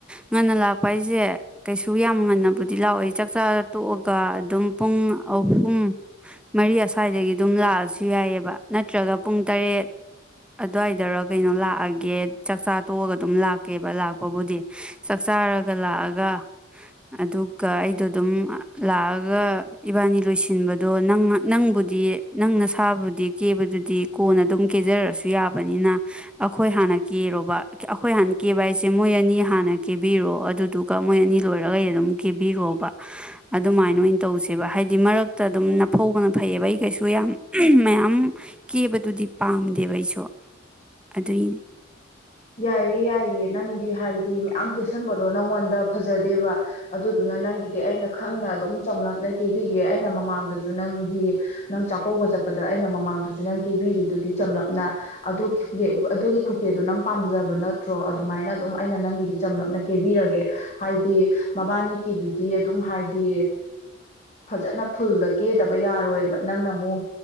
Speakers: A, in the centre; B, on the left (about 35°).
A: ꯉꯟꯅ ꯂꯥꯛꯄ ꯍꯥꯏꯁꯦ ꯀꯩꯁꯨ ꯌꯥꯝ ꯉꯟꯅꯕꯨꯗꯤ ꯂꯥꯛꯑꯣꯏ ꯆꯥꯛꯆꯥ ꯇꯣꯛꯑꯒ ꯑꯗꯨꯝ ꯄꯨꯡ ꯑꯍꯨꯝ ꯃꯔꯤ ꯑꯁ꯭ꯋꯥꯏꯗꯒꯤ ꯑꯗꯨꯝ ꯂꯥꯛꯑꯁꯨ ꯌꯥꯏꯑꯕ ꯅꯠꯇ꯭ꯔꯒ ꯄꯨꯡ ꯇꯔꯦꯠ ꯑꯗꯨꯋꯥꯏꯗꯔ ꯀꯩꯅꯣ ꯂꯥꯛꯑꯒꯦ ꯆꯥꯛꯆꯥ ꯇꯣꯛꯑꯒ ꯑꯗꯨꯝ ꯂꯥꯛꯀꯦꯕ ꯂꯥꯛꯄꯕꯨꯗꯤ ꯆꯥꯛꯆꯥꯔꯒ ꯂꯥꯛꯑꯒ ꯑꯗꯨꯒ ꯑꯩꯗꯣ ꯑꯗꯨꯝ ꯂꯥꯛꯑꯒ ꯏꯕꯥꯅꯤ ꯂꯣꯏꯁꯤꯟꯕꯗꯣ ꯅ ꯅꯪꯕꯨꯗꯤ ꯅꯪꯅ ꯁꯥꯕꯨꯗꯤ ꯀꯦꯕꯗꯨꯗꯤ ꯀꯣꯟꯅ ꯑꯗꯨꯝ ꯀꯦꯖꯔꯁꯨ ꯌꯥꯕꯅꯤꯅ ꯑꯩꯈꯣꯏ ꯍꯥꯟꯅ ꯀꯦꯔꯣꯕ ꯑꯩꯈꯣꯏ ꯍꯥꯟꯅ ꯀꯦꯕ ꯍꯥꯏꯁꯦ ꯃꯣꯏ ꯑꯅꯤ ꯍꯥꯟꯅ ꯀꯦꯕꯤꯔꯣ ꯑꯗꯨꯗꯨꯒ ꯃꯣꯏ ꯑꯅꯤ ꯂꯣꯏꯔꯒꯩ ꯑꯗꯨꯝ ꯀꯦꯕꯤꯔꯣꯕ ꯑꯗꯨꯃꯥꯏꯅ ꯑꯣꯏꯅ ꯇꯧꯁꯦꯕ ꯍꯥꯏꯗꯤ ꯃꯔꯛꯇ ꯑꯗꯨꯝ ꯅꯐꯧꯕꯅ ꯐꯩꯌꯦꯕ ꯑꯩ ꯀꯩꯁꯨ ꯌꯥꯝ ꯃꯌꯥꯝ ꯀꯦꯕꯗꯨꯗꯤ ꯄꯥꯝꯗꯦꯕ ꯑꯩꯁꯨ ꯑꯗꯨꯏꯅꯤ
B: ꯌꯥꯏꯌꯦ ꯌꯥꯏꯌꯦ ꯅꯪꯗꯤ ꯍꯥꯏꯗꯤ ꯃꯌꯥꯝ ꯀꯦꯁꯟꯕꯗꯣ ꯅꯪꯉꯣꯟꯗ ꯐꯖꯗꯦꯕ ꯑꯗꯨꯗꯨꯅ ꯅꯪꯒꯤꯗꯤ ꯑꯩꯅ ꯈꯪꯅ ꯑꯗꯨꯝ ꯆꯝꯂꯞꯅ ꯀꯦꯕꯤꯒꯦ ꯑꯩꯅ ꯃꯃꯥꯡꯗꯁꯨ ꯅꯪꯒꯤ ꯅꯪ ꯆꯥꯛꯀꯧꯕ ꯆꯠꯄꯗ ꯑꯩꯅ ꯃꯃꯥꯡꯗꯁꯨ ꯅꯪ ꯀꯦꯕꯤꯔꯤꯗꯨꯗꯤ ꯆꯝꯂꯞꯅ ꯑꯗꯨ ꯑꯗꯨꯒꯤ ꯈꯨꯀꯦꯗꯣ ꯅꯪ ꯄꯥꯝꯖꯕ ꯅꯠꯇ꯭ꯔꯣ ꯑꯗꯨꯃꯥꯏꯅ ꯑꯗꯨꯝ ꯑꯩꯅ ꯅꯪꯒꯤꯗꯤ ꯆꯝꯂꯞꯅ ꯀꯦꯕꯤꯔꯒꯦ ꯍꯥꯏꯗꯤ ꯃꯕꯥꯅꯤꯀꯤꯗꯨꯗꯤ ꯑꯗꯨꯝ ꯍꯥꯏꯗꯤ ꯐꯖꯅ ꯐꯨꯜꯗ ꯀꯦꯗꯕ ꯌꯥꯔꯣꯏꯕ ꯅꯪꯅ ꯑꯃꯨꯛ